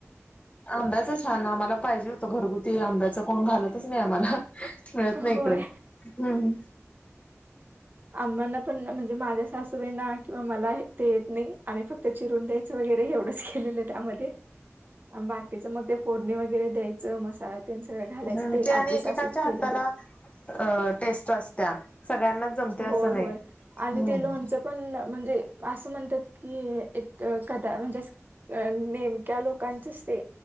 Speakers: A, on the left; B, on the right.
A: अंब्याच छान आम्हाला पाहिजे होत घरगुती. आंब्याच कोण घालतच नाही आम्हाला मिळत नाही
B: होय.
A: इकडे हम हम.
B: आंब्यांना पण म्हणजे माझ्या सासूबाईंना किंवा मला ते येत नाही आम्ही फक्त चिरून द्यायचं वगैरे. वैरेवढंच केले त्यामध्ये बाकीच मग ते फोडणी वगरे द्यायचं मसाला. त्यां सगळं घालायचं
A: हम्म
B: ते
A: आणि
B: आजी
A: एकेकांच्या
B: असूच
A: हाताला
B: केलेले.
A: अ टेस्ट असत्या सगळ्यांनाच जमते असं
B: होय होय
A: नाही
B: आणि
A: हम्म
B: ते लोनच पण म्हणजे. असं म्हणतात की एक कदा म्हणजे नेमक्या लोकांचच ते.